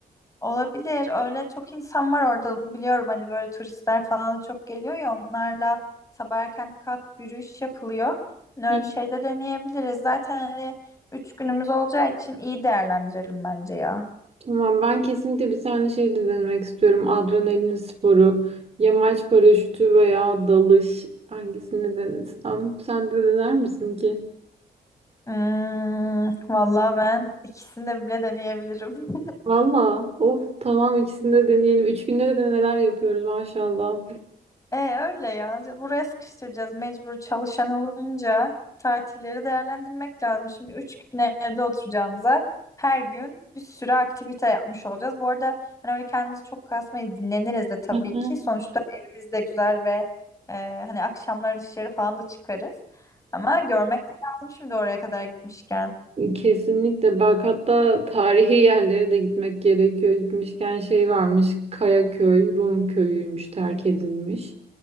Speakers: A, on the left; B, on the right.
A: Olabilir. Öyle çok insan var orada onu biliyorum. Hani böyle turistler falan da çok geliyor ya onlarla sabah erken kalkıp yürüyüş yapılıyor. Hani
B: <laughs>
A: öyle bir şey de deneyebiliriz. Zaten hani üç günümüz olacağı için iyi değerlendirelim bence ya.
B: Tamam ben kesinlikle bir tane şey de denemek istiyorum. Adrenalin sporu, yamaç paraşütü veya dalış hangisini denesem. Sen de dener misin ki?
A: Hmm, vallahi ben ikisini de bile deneyebilirim. <laughs>
B: Valla of tamam ikisini de deneyelim. Üç günde de neler yapıyoruz maşallah.
A: E öyle ya. Buraya sıkıştıracağız mecbur çalışan olunca tatilleri değerlendirmek lazım. Şimdi üç gün evde oturacağımıza her gün bir sürü aktivite yapmış olacağız. Bu arada hani öyle kendimizi çok kasmayı dinleniriz de tabii
B: <laughs>
A: ki. Sonuçta evimiz de güzel ve e, hani akşamları dışarı falan da çıkarız. Ama görmek de lazım şimdi oraya kadar gitmişken.
B: Kesinlikle bak hatta tarihi yerlere de gitmek gerekiyor. Gitmişken şey varmış Kayaköy, Rum köyüymüş terk edilmiş.